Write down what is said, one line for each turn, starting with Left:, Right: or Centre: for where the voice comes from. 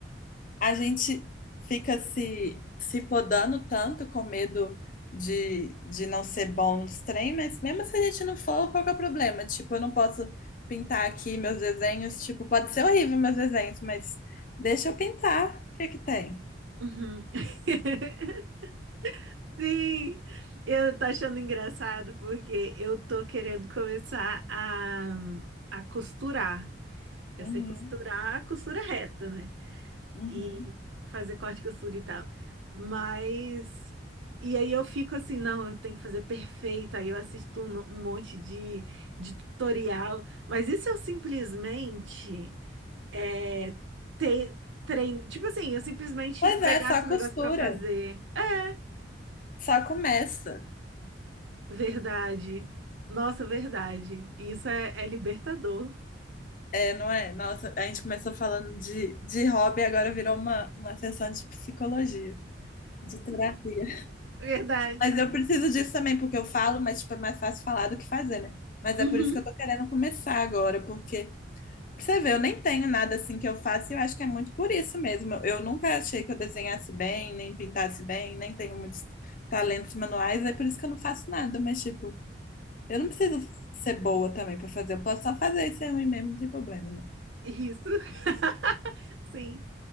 Left: a gente fica se, se podando tanto com medo de, de não ser bom nos trem, mas mesmo se a gente não for, qual que é o problema? Tipo, eu não posso pintar aqui meus desenhos, tipo, pode ser horrível meus desenhos, mas deixa eu pintar, o que é que tem?
Right: Uhum. <laughs> Sim, eu tô achando engraçado porque eu tô querendo começar a, a costurar. Eu
Left: Uhum,
Right: sei costurar a costura reta, né?
Left: uhum.
Right: e fazer corte, costura e tal. Mas. E aí eu fico assim, não, eu tenho que fazer perfeito. Aí eu assisto um, um monte de, de tutorial. Mas isso se eu simplesmente é, ter, trein... Tipo assim, eu simplesmente
Left: Pois
Right: pegasse
Left: é, só costura,
Right: um negócio pra fazer. É,
Left: só começa.
Right: verdade. Nossa, verdade. Isso é, é libertador.
Left: É, não é? Nossa, a gente começou falando de, de hobby, agora virou uma, uma sessão de psicologia, de terapia.
Right: Verdade.
Left: Mas eu preciso disso também, porque eu falo, mas tipo, é mais fácil falar do que fazer, né? Mas
Right: Uhum.
Left: é por isso que eu tô querendo começar agora, porque pra você vê, eu nem tenho nada assim que eu faço e eu acho que é muito por isso mesmo. Eu, eu nunca achei que eu desenhasse bem, nem pintasse bem, nem tenho muitos talentos manuais, é por isso que eu não faço nada, mas tipo, eu não preciso ser boa também pra fazer, eu posso só fazer isso ser ruim mesmo, não tem problema, né?
Right: Isso. <laughs> Sim.